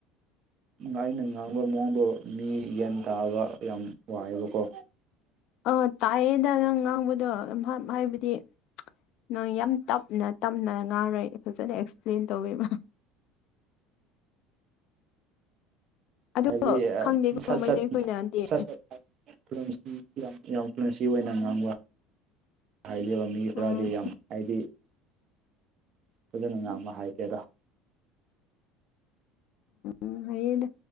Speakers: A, on the right; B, on the left.
A: ꯑꯩꯅ ꯉꯥꯡꯕ ꯃꯑꯣꯡꯗꯣ ꯃꯤ ꯌꯦꯟ ꯇꯥꯕ ꯌꯥꯝ ꯋꯥꯏꯑꯕꯀꯣ
B: ꯑꯥ ꯇꯥꯛꯑꯦꯗ ꯅꯪ ꯉꯥꯡꯕꯗꯣ ꯑꯗꯨꯝ ꯍꯥꯏꯕꯗꯤ ꯅꯪ ꯌꯥꯝ ꯇꯞꯅ ꯇꯞꯅ ꯉꯥꯔꯣꯏ ꯐꯖꯅ ꯑꯦꯛꯁꯄ꯭ꯂꯦꯟ ꯇꯧꯋꯦꯕ ꯑꯗꯣ
A: ꯍꯥꯏꯕꯗꯤ
B: ꯈꯪꯗꯦꯀꯣ
A: ꯁꯠ
B: ꯃꯩꯇꯩꯈꯣꯏꯅꯗꯤ
A: ꯁꯠꯠ ꯁꯠ ꯐ꯭ꯂꯨꯟꯁꯤ ꯌꯥꯝ ꯌꯥꯝ ꯐ꯭ꯂꯨꯟꯁꯤ ꯑꯣꯏꯅ ꯉꯥꯡꯕ ꯍꯥꯏꯔꯤꯕ ꯃꯤ ꯈꯔꯗꯤ
B: ꯎꯝ
A: ꯌꯥꯝ ꯍꯥꯏꯗꯤ ꯐꯖꯅ ꯉꯥꯡꯕ ꯍꯥꯏꯒꯦꯔꯥ
B: ꯎ ꯍꯗ